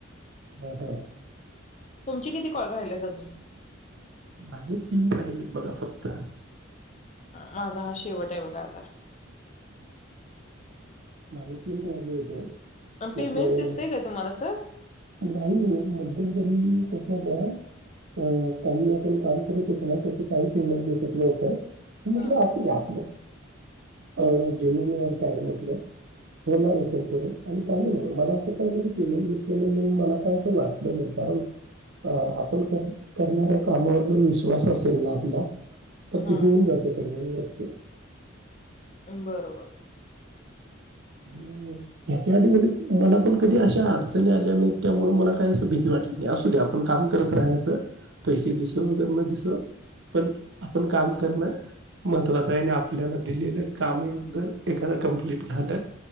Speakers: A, on the right (about 60°); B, on the left (about 35°).
A: हा हा.
B: तुमचे किती कॉल राहिलेत अजून?
A: माझे तीन राहिले बघा फक्त.
B: माझा हा शेवट आहे बघा आता.
A: माझे तीन राहिले होते.
B: अन्
A: म्हटलं,
B: पेमेंट दिसतंय का तुम्हाला सर
A: नाहीये मध्यंतरी त्याचं ब अ काही आपण काम करत होेतो ना, त्याचे काही पेमेंट दिसत नाही आता. मी म्हटलं
B: हं
A: असू द्या आपलं. अं जेननर काय म्हटलं. होणार इथून पुढे कर आणि काही नाही मला असं काही नाही की पेमेंट दिसलं नाही, म्हणून मला काही असं वाटलं नाही. कारण अ आपण करणाऱ्या कामावर जर विश्वास असेल ना आपला तर
B: हं
A: ते होऊन जातं सगळ्या हेला ओके.
B: अं बरोबर.
A: आणि ह्याच्या आधी मध्ये मला पण कधी अशा अडचणी आल्या नाहीत. त्यामुळं मला काही असं भीती वाटली नाही. असू द्या आपण काम करत राहायचं, पैसे दिसो मगर न दिसो. पण आपण काम करणं महत्वाचं आहे आणि आपल्याला दिलेलं काम हे जर एखाद कंप्लीट झालं,